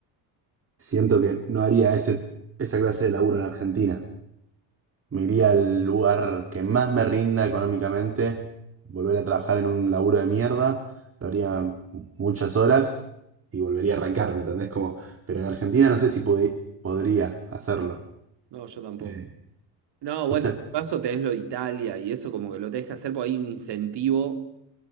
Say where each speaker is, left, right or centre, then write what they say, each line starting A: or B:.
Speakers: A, on the right (about 30°); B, on the right (about 55°).
A: siento que no haría ese, esa clase de laburo en Argentina. Me iría al lugar que más me rinda económicamente, volver a trabajar en un laburo de mierda, lo haría muchas horas y volvería a arrancar, ¿me entendés? Como, pero en Argentina no sé si pod- podría hacerlo.
B: No, yo tampoco.
A: Eh,
B: No, bueno,
A: No sé,
B: en tu caso tenés lo de Italia y eso como que lo te deja hacer porque hay un incentivo